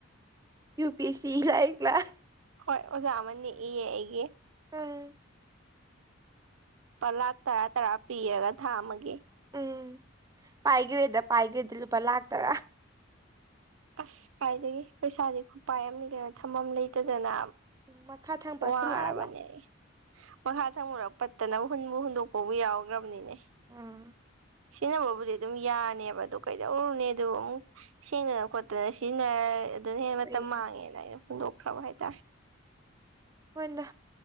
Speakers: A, on the right; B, on the right.
A: ꯌꯨ ꯄ ꯁꯤ ꯂ ꯀ ꯀ꯭ꯂ ꯀ꯭ꯂꯥꯁ
B: ꯍꯣꯏ ꯑꯣꯖꯥ ꯑꯃꯅꯤ ꯏꯌꯦ ꯑꯩꯒꯤ
A: ꯎꯝ
B: ꯄꯂꯥꯛ ꯇꯔꯥ ꯇꯔꯥ ꯄꯤꯔꯒ ꯊꯥꯝꯃꯒꯦ
A: ꯎꯝ ꯄꯥꯏꯈ꯭ꯔꯦꯗ ꯄꯥꯏꯈ꯭ꯔꯦꯗ ꯂꯨꯄꯥ ꯂꯥꯛ ꯇꯔꯥ
B: ꯑꯁ ꯀꯥꯏꯗꯒꯤ ꯄꯩꯁꯥꯗꯤ ꯈꯨꯄꯥꯏ ꯑꯃꯅꯤ ꯀꯩꯅꯣ ꯊꯝꯐꯝꯝ ꯂꯩꯇꯗꯅ
A: <unintelligible> ꯄꯥꯁꯤꯜꯂꯛꯑꯕ
B: ꯋꯥꯔꯕꯅꯤ ꯃꯈꯥ ꯊꯪꯃꯨꯔ ꯄꯠꯇꯅꯕ ꯍꯨꯟꯕꯨ ꯍꯨꯟꯗꯣꯛꯄꯕꯨ ꯌꯥꯎꯈ꯭ꯔꯕꯅꯤꯅꯦ
A: ꯑꯥ
B: ꯁꯤꯖꯤꯟꯅꯕꯕꯨꯗꯤ ꯑꯗꯨꯝ ꯌꯥꯅꯦꯕ ꯑꯗꯨ ꯀꯩꯗꯧꯔꯨꯅꯦ ꯑꯗꯨ ꯑꯃꯨꯛ ꯁꯦꯡꯗꯅ ꯈꯣꯠꯇꯅ ꯁꯤꯖꯤꯟꯅꯔ ꯑꯗꯨꯅ ꯍꯦꯟꯅ ꯃꯇꯝ
A: ꯍꯣꯏꯅꯦ
B: ꯃꯥꯡꯉꯦꯅ ꯑꯩꯅ ꯍꯨꯟꯗꯣꯛꯈ꯭ꯔꯕ ꯍꯥꯏꯇꯥꯔꯦ
A: ꯄꯗ